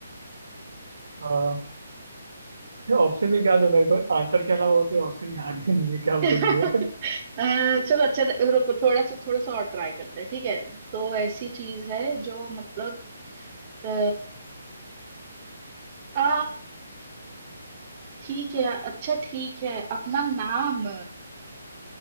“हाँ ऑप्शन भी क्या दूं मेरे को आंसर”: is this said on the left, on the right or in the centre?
Right